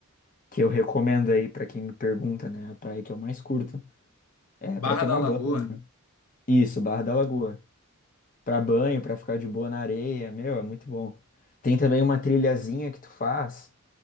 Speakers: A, on the left; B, on the left.
A: que eu recomendo aí para quem me pergunta, né? A praia que eu mais curto. É
B: Barra
A: para tomar
B: da Lagoa.
A: banho. né? Isso, Barra da Lagoa. Pra banho, para ficar de boa na areia, meu, é muito bom. Tem também uma trilhazinha que tu faz